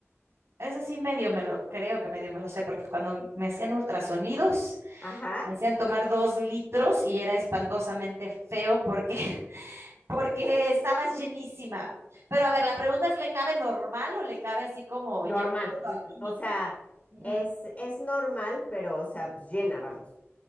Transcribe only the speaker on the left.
Ajá,
normal.
O sea,
es, es normal, pero, o sea, pues, llena, vamos.